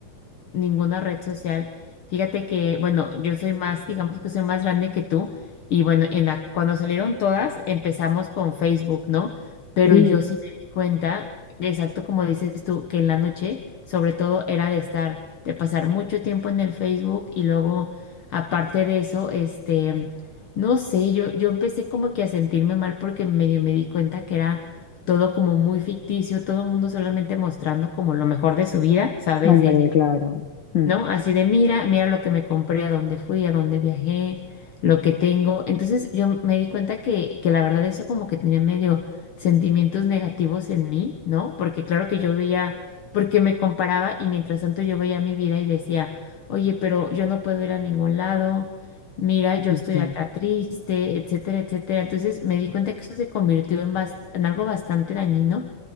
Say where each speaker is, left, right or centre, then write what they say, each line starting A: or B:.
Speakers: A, on the left; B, on the left.
A: ninguna red social. Fíjate que, bueno, yo soy más, digamos que soy más grande que tú. Y bueno, en la, cuando salieron todas, empezamos con Facebook, ¿no? Pero
B: Sí,
A: yo sí me di cuenta, exacto como dices tú, que en la noche, sobre todo, era de estar, de pasar mucho tiempo en el Facebook y luego, aparte de eso, este, no sé, yo, yo empecé como que a sentirme mal porque medio me di cuenta que era todo como muy ficticio, todo el mundo solamente mostrando como lo mejor de su vida, ¿sabes?
B: hombre,
A: De
B: claro. Mm.
A: ¿no? Así de, mira, mira lo que me compré, a dónde fui, a dónde viajé, lo que tengo. Entonces yo me di cuenta que, que la verdad eso como que tenía medio sentimientos negativos en mí, ¿no? Porque claro que yo veía, porque me comparaba y mientras tanto yo veía mi vida y decía, oye, pero yo no puedo ir a ningún lado, mira, yo
B: Entiendo.
A: estoy acá triste, etcétera, etcétera. Entonces me di cuenta que eso se convirtió en, bas- en algo bastante dañino